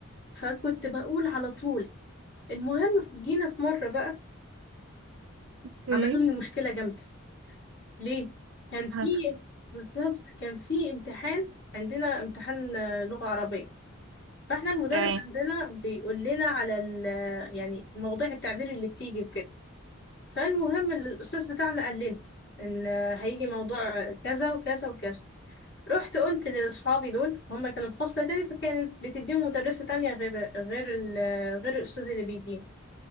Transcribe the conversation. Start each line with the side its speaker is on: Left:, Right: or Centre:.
Left: فكنت بقول على طول المهم ف- جينا في مره بقى
Right: اوكي
Left: عملوا
Right: إيه
Left: لي مشكله جامده ليه كان
Right: اللي
Left: في
Right: حصل
Left: بالظبط كان في امتحان عندنا امتحان آه، لغة عربية فاحنا المدرس
Right: تمام
Left: عندنا بيقول لنا على ال يعني مواضيع التعبير اللي بتيجي وكده فالمهم الأستاذ بتاعنا قال لنا إن آه، هيجي موضوع كذا وكذا وكذا رحت قلت لأصحابي دول هم كانوا في فصل تاني فكانت بتديهم مدرسة تانية غير غير ال- غير الأستاذ اللي بيدينا